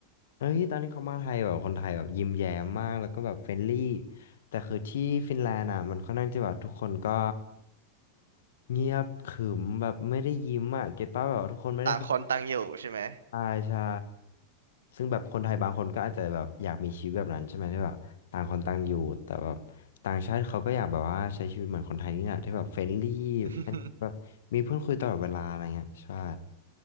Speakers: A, on the left (about 60°); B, on the right (about 65°).
A: เอ้ยตอนนี้เขามาไทยแบบคนไทยแบบยิ้มแย้มมาก แล้วก็แบบเฟรนลี่แต่คือที่ฟินแลนด์อ่ะมันค่อนข้างจะแบบทุกคนก็เงียบขรึมแบบไม่ได้ยิ้มอ่ะเก็ตป่ะแบบว่าทุกคนไม่ได้เฟรน
B: ต่างคนต่างอยู่ใช่ไหม
A: ใช่ใช่ซึ่งแบบคนไทยบางคนก็อาจจะแบบอยากมีชีวิตแบบนั้นใช่ไหมที่แบบต่างคนต่างอยู่แต่แบบต่างชาติเขาก็อยากแบบว่าใช้ชีวิตเหมือนคนไทยนี่แหละที่แบบเฟรนลี่
B: <laughs>
A: แบบมีเพื่อนคุยตลอดเวลาอะไรเงี้ยใช่